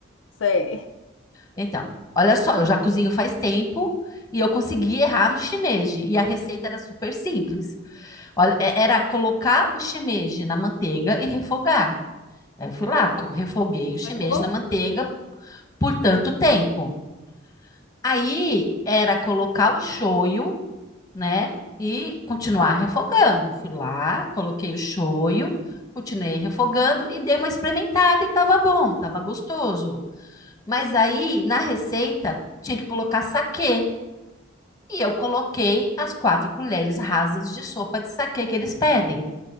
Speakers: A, on the left; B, on the left.
A: Sei.
B: Então, olha só, eu já cozinho faz tempo e eu consegui errar no shimeji e a receita era super simples. Olha, é- era colocar o shimeji na manteiga e refogar. Aí Eu fui lá, co- refoguei o shimeji
A: Tu errou?
B: na manteiga por tanto tempo. Aí era colocar o shoyu né? E continuar refogando. Fui lá, coloquei o shoyu, continuei refogando e dei uma experimentada e tava bom, tava gostoso. Mas aí, na receita, tinha que colocar saquê. E eu coloquei as quatro colheres rasas de sopa de saquê que eles pedem.